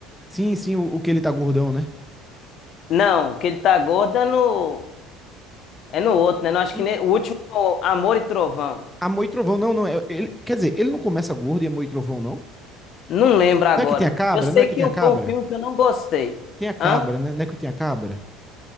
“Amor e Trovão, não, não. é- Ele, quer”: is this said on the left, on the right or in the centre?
Centre